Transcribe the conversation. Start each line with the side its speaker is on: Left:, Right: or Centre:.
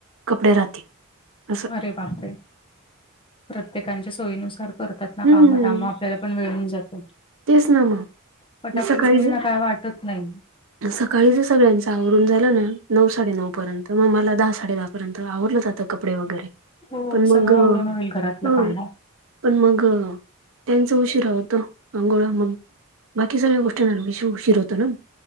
Right: कपडे राहतील. असं
Left: आरे बापरे, प्रत्येकच्या सोयीनुसार करतात. ना
Right: हम्म
Left: काम काम आपल्याला पण वेळ हुन जातं.
Right: तेच ना मग
Left: पटापट
Right: सकाळी
Left: झाली
Right: ज
Left: ना काय वाटत नाही.
Right: सकाळी ज सगळ्यांचं आवरून झालं ना नऊ साडे नऊ पर्यंत मग मला दहा साडे दहा पर्यंत आवरलं जात कपडे वगैरे
Left: हो
Right: पण
Left: सगळं
Right: मग
Left: आवरून होईल घरातलं
Right: हम्म.
Left: काम
Right: पण मग त्यांच उशीरा होत आंघोळा. मग बाकी सगळ्या गोष्टी न उशीर होतो ना.